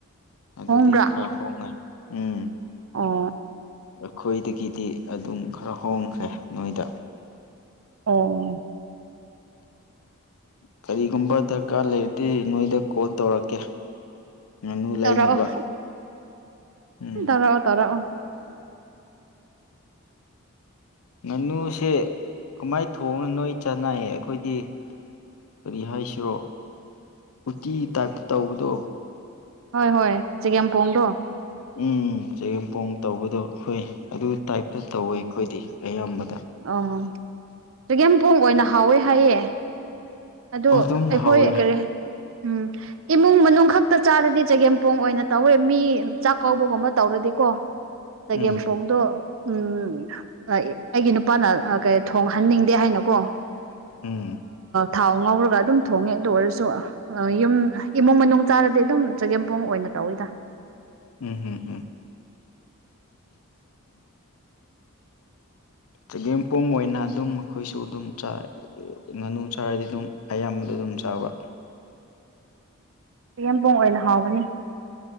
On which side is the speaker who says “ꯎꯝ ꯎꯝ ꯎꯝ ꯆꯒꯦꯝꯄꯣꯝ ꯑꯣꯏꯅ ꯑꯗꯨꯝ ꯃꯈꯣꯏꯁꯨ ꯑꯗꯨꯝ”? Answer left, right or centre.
Left